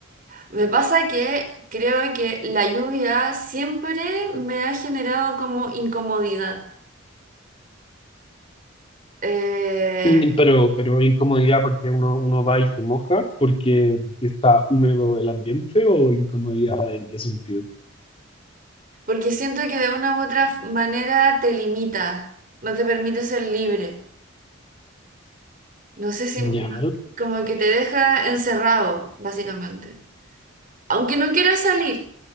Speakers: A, on the right; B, on the left.
A: me pasa que creo que la lluvia siempre me ha generado como incomodidad, Eh,
B: Mm, Pero, pero hay incomodidad porque uno, uno va y se moja, porque, porque está húmedo el ambiente o incomodidad en qué sentido.
A: porque siento que de una u otra f- manera te limita, no te permite ser libre, no sé si,
B: Ya.
A: no- como que te deja encerrado, básicamente. aunque no quiera salir.